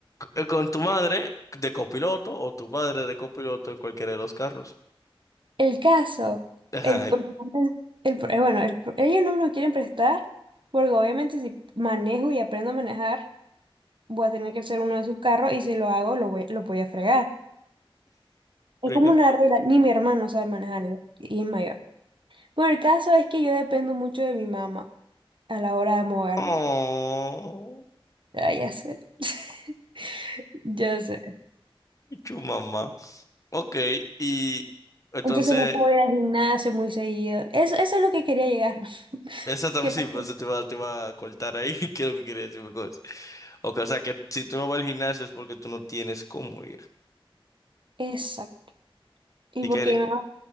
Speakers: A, on the left; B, on the right.
A: C- Con tu madre de copiloto o tu padre de copiloto en cualquiera de los carros.
B: El caso,
A: <laughs>
B: el,
A: Ay,
B: pro- el pro- eh, bueno, el pro- ellos no me lo quieren prestar, porque obviamente si manejo y aprendo a manejar, voy a tener que ser uno de sus carros y si lo hago, lo voy, lo voy a fregar. Es
A: rica.
B: como una regla, ni mi hermano sabe manejar y y es mayor. Bueno, el caso es que yo dependo mucho de mi mamá a la hora de moverme.
A: Oh,
B: Ah, ya sé. <laughs> Ya sé.
A: chu mamá. Ok, y entonces.
B: Entonces no puedo ir al gimnasio muy seguido. Eso, eso es lo que quería llegar. <laughs>
A: Exactamente,
B: Que
A: sí,
B: no
A: por
B: puedo-
A: eso te iba, te iba a cortar ahí, <laughs> que que quieres decirme cosas Ok, o sea que si tú no vas al gimnasio es porque tú no tienes cómo ir.
B: Exacto. Y
A: ¿Y
B: porque
A: qué, hay-
B: mi mamá,